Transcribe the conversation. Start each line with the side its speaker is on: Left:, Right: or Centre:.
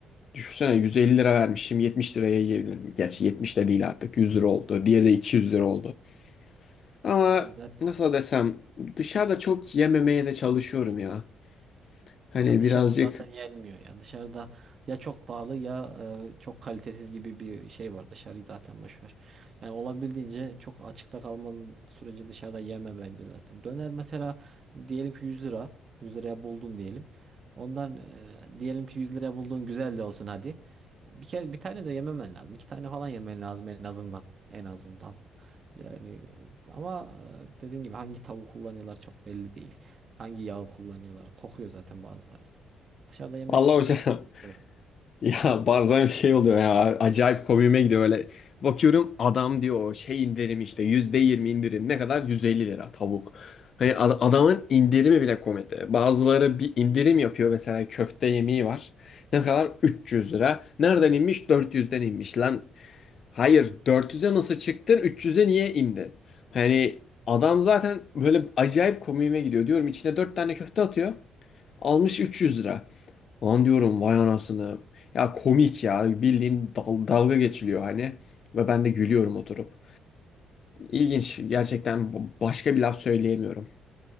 Left: Düşünsene 150 lira vermişim 70 liraya yiyebilirim. Gerçi 70 de değil artık 100 lira oldu. Diğeri de 200 lira oldu. Ama
Right: Ya zaten
Left: nasıl desem dışarıda çok yememeye de çalışıyorum ya. Hani
Right: Ya dışarıda
Left: birazcık
Right: zaten yenmiyor ya. Dışarıda ya çok pahalı ya e, çok kalitesiz gibi bir şey var. Dışarıyı zaten boş ver. Yani olabildiğince çok açıkta kalmanın sürece dışarıda yeme bence zaten. Döner mesela diyelim ki 100 lira. 100 liraya buldun diyelim. Ondan e, diyelim ki 100 liraya bulduğun güzel de olsun hadi. Bir kere bir tane de yememen lazım. İki tane falan yemen lazım en azından. En azından. Yani e, ama e, dediğim gibi hangi tavuğu kullanıyorlar çok belli değil. Hangi yağı kullanıyorlar? Kokuyor zaten bazıları. Dışarıda yemek
Left: Allah
Right: e,
Left: hocam
Right: sıkıntı.
Left: Ya bazen bir şey oluyor ya acayip komiğime gidiyor öyle. Bakıyorum adam diyor şey indirim işte yüzde yirmi indirim ne kadar 150 lira tavuk. Hani ad- adamın indirimi bile komedi. Bazıları bir indirim yapıyor mesela köfte yemeği var. Ne kadar 300 lira. Nereden inmiş 400'den inmiş lan. Hayır 400'e nasıl çıktın 300'e niye indin? Hani adam zaten böyle acayip komiğime gidiyor diyorum içine 4 tane köfte atıyor. Almış 300 lira. Lan diyorum vay anasını. Ya komik ya bildiğin dal- dalga geçiliyor hani. Ve ben de gülüyorum oturup. İlginç gerçekten b- başka bir laf söyleyemiyorum.